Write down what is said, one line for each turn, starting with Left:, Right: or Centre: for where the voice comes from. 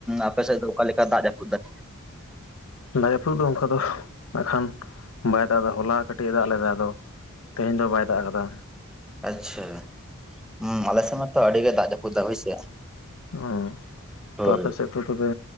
Centre: ᱟᱯᱮᱥᱮᱫ ᱫᱚ ᱚᱠᱟᱞᱮᱠᱟ ᱫᱟᱜ ᱡᱟᱯᱩᱫ ᱫᱟᱭ
Left: ᱫᱟᱜ ᱡᱟᱹᱯᱩᱫ ᱫᱚ ᱚᱱᱠᱟ ᱫᱚ ᱦᱟᱸᱜ ᱠᱷᱟᱱ ᱵᱟᱭ ᱫᱟᱜ ᱫᱟ ᱦᱚᱞᱟ ᱠᱟᱹᱴᱤᱡ ᱮ ᱫᱟᱜ ᱞᱮᱫᱟ ᱟᱫᱚ ᱛᱮᱦᱮᱧ ᱫᱚ ᱵᱟᱭ ᱫᱟᱜ ᱠᱟᱫᱟ
Centre: ᱟᱪᱪᱷᱟ ᱦᱩᱸ ᱟᱞᱮ ᱥᱮ ᱢᱟᱛᱚ ᱟᱹᱰᱤᱜᱮ ᱫᱟᱜ ᱡᱟᱹᱯᱩᱫᱟ ᱦᱳᱭᱥᱮ,
Left: ᱚ
Centre: ᱦᱳᱭ᱾
Left: ᱛᱚ ᱟᱯᱮ ᱥᱮᱫ ᱛᱚ ᱛᱚᱵᱮ